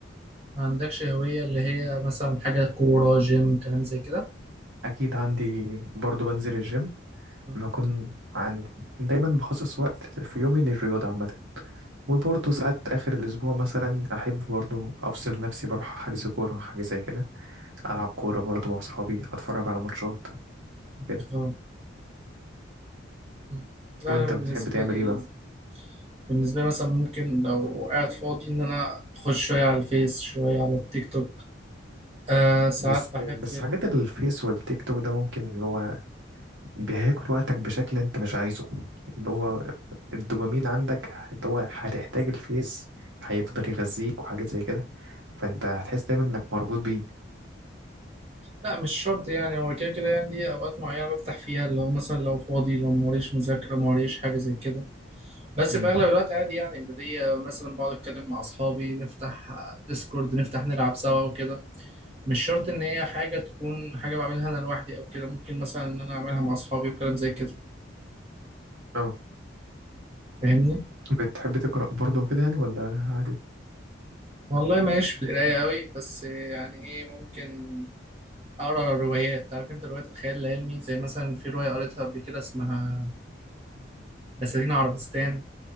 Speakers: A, on the right (about 30°); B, on the right (about 70°).
A: ما عندكش هوية اللي هي مثلا حاجة كورة جيم كلام زي كده
B: اكيد عندي برضو بنزل الجيم
A: مم.
B: لما اكون عندي دايما بخصص وقت في يومي للرياضة عامة وبرضه ساعات آخر الأسبوع مثلا أحب برضه أفصل نفسي بروح حجز كورة حاجة زي كده ألعب كورة برضه مع صحابي أتفرج على ماتشات وكده
A: اه مم. لا
B: وأنت
A: انا بالنسبة
B: بتحب تعمل
A: لي
B: إيه بقى؟
A: بالنسبة لي مثلا ممكن لو قاعد فاضي ان انا اخش شوية على الفيس شوية على التيك توك آه ساعات
B: بس
A: بحب
B: بس حاجات الفيس والتيك توك ده ممكن اللي هو بياكل وقتك بشكل انت مش عايزه اللي هو الدوبامين عندك اللي هو هتحتاج الفيس هيفضل يغذيك وحاجات زي كده فانت هتحس دايما انك مربوط بيه
A: لا مش شرط يعني هو كده كده يعني دي اوقات معينه بفتح فيها اللي هو مثلا لو فاضي لو موريش مذاكره موريش حاجه زي كده بس
B: امم
A: في اغلب الوقت عادي يعني بدي مثلا بقعد اتكلم مع اصحابي نفتح ديسكورد نفتح نلعب سوا وكده مش شرط ان هي حاجه تكون حاجه بعملها انا لوحدي او كده ممكن مثلا ان انا اعملها مع اصحابي وكلام زي كده
B: اه
A: فاهمني
B: بتحب تقرأ برضه وكده يعني ولا عادي
A: والله ماليش في القرايه قوي بس يعني ايه ممكن اقرا روايات عارف انت روايات الخيال العلمي زي مثلا في روايه قريتها قبل كده اسمها بساتين عربستان